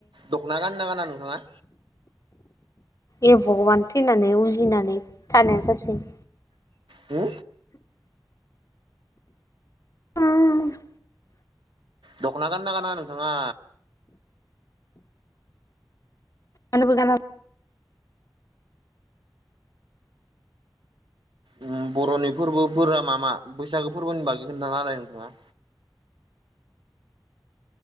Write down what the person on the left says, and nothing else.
ए भगबान थैनानै उजिनानै थानाया साबसिन
<inaudible>
गानोबो गानाबो